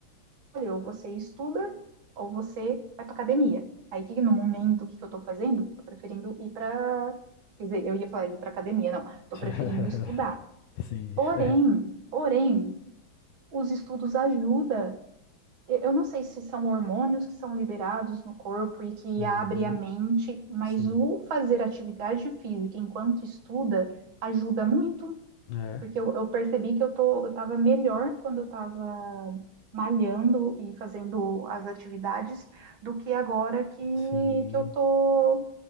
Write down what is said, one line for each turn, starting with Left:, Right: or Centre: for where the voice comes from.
Right: ou você estuda, ou você vai para academia. Aí que no momento o que, que eu estou fazendo, estou preferindo ir para, quer dizer, eu ia falar ir para academia, não, estou
Left: <laughs>
Right: preferindo estudar.
Left: Sim.
Right: Porém,
Left: <laughs>
Right: porém, os estudos ajudam. Eu não sei se são hormônios que são liberados no corpo e que
Left: Uhum.
Right: abre a mente, mas
Left: Sim.
Right: o fazer atividade física enquanto estuda ajuda muito
Left: É.
Right: Porque eu, eu percebi que eu tô, eu tava melhor quando eu tava malhando e fazendo as atividades do que agora que,
Left: Sim.
Right: que eu tô,